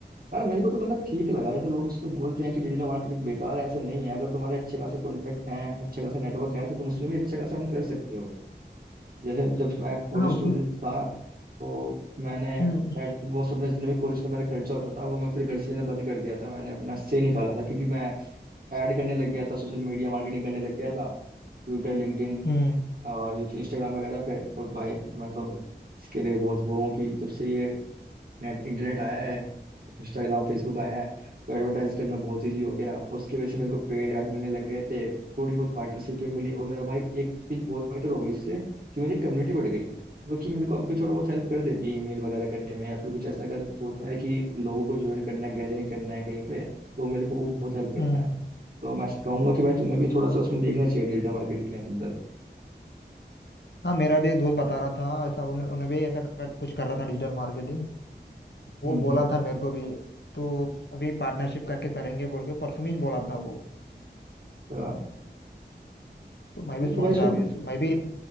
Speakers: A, on the right; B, on the left.
A: यार मेरे को तो मतलब ठीक लगा जैसे लोग उसको बोलते हैं कि डिजिटल मार्केटिंग बेकार है ऐसा नहीं है अगर तुम्हारे अच्छे खासे कॉन्टैक्ट हैं अच्छे खासे नेटवर्क है तो तुम उसमें भी अच्छा खासा earn कर सकते हो जैसे जब मैं कॉलेज
B: हाँ उसमें
A: स्टूडेंट था तो मैंने
B: हम्म
A: एट वो अपना जितना भी कॉलेज का मेरा खर्चा होता था वो मैं फिर घर से लेना बंद कर दिया था मैंने अपना से निकाला था क्योंकि मैं ऐड करने लग गया था सोशल मीडिया मार्केटिंग करने लग गया था ट्विटर लिंक्डइन
B: हम्म
A: और इंस्टाग्राम वगैरह पे और भाई मैं तो इसके लिए बहुत वो हूँ कि जब से ये नेट इंटरनेट आया है इंस्टाग्राम फेसबुक आया है तो एडवर्टाइज करना बहुत ईजी हो गया उसकी वजह से मेरे को पेड ऐड मिलने लग गए थे थोड़ी बहुत पार्टनरशिप भी मिली और मेरा भाई एक चीज बहुत बेटर हो गई इससे कि मेरी कम्युनिटी बढ़ गई जो कि मेरे को अब भी थोड़ा बहुत हेल्प कर देती है ईमेल वगैरह करने में या फिर कुछ ऐसा अगर होता है कि लोगों को ज्वाइन करना है गैदरिंग करना है कहीं पे तो मेरे को वो बहुत हेल्प करता
B: हम्म
A: है तो मैं कहूंगा कि भाई तुम्हें भी थोड़ा सा उसमें देखना चाहिए डिजिटल मार्केट के अंदर
B: हाँ मेरा भी एक दोस्त बता रहा था ऐसा उन, उन्हें भी ऐसा कर, कुछ कर रहा था डिजिटल मार्केटिंग वो
A: हम्म
B: बोला
A: हम्म
B: था मेरे को भी तो अभी पार्टनरशिप करके करेंगे बोल के परसों ही बोला था वो
A: तो
B: तो मैं भी सोच
A: तो भाई इसमें
B: रहा अभी उस- मैं भी